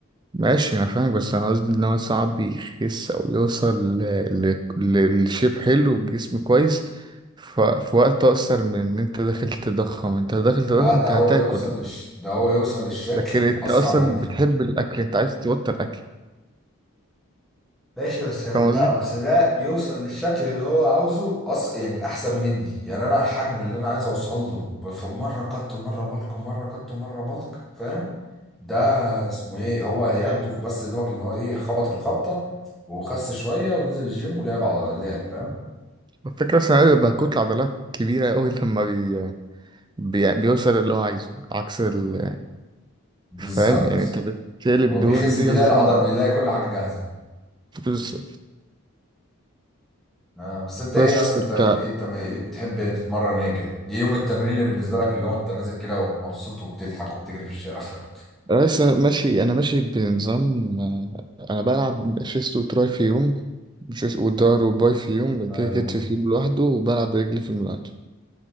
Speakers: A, on the right (about 20°); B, in the centre.
A: ماشي انا فاهمك بس انا قصدي ان هو صعب يخس او يوصل ل... ل... لشيب حلو وجسم كويس ف... في وقت اقصر من ان انت داخل تضخم انت داخل تضخم
B: لا ده
A: انت
B: هو
A: هتاكل
B: يوصل للش... ده هو يوصل للشكل
A: لكن انت
B: اسرع
A: اصلا
B: مني
A: بتحب الاكل انت عايز تبطل اكل
B: ماشي بس لا
A: فاهم قصدي
B: بس ده يوصل للشكل اللي هو عاوزه أص... يعني احسن مني يعني انا الحجم اللي انا عايز اوصل له بف- مره كت ومره بلك ومره كت ومره بلك فاهم ده اسمه ايه هو هياخده بس دوبك ان هو ايه خبط الخبطه وخس شويه ونزل الجيم ولعب على لعب فاهم
A: الفكره بس انا بيبقى كتله عضلات كبيره قوي لما بي... بي... بيوصل اللي هو عايزه عكس ال...
B: بالظبط
A: فاهم يعني انت بتقلب
B: هو
A: دهون
B: بيخس
A: دي
B: بيلاقي
A: اصلا
B: العضل بيلاقي كل حاجه جاهزه
A: بس
B: آه بس انت ايه
A: بس
B: اصلا
A: بتاع
B: انت ايه انت بتحب تتمرن ايه كده ايه يوم التمرين اللي بالنسبه لك اللي هو انت نازل كده ومبسوط وبتضحك وبتجري في الشارع <laughs> فاهم
A: بس أنا ماشي انا ماشي بنظام آه، انا بلعب شيست وتراي في يوم شيست وظهر وباي في يوم بعد
B: فلو
A: كده كتف في يوم لوحده وبلعب رجلي في يوم لوحده